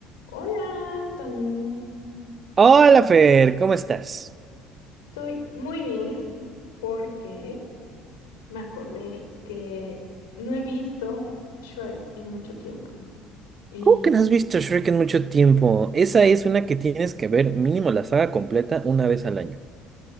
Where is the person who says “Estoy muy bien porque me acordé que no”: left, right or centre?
Left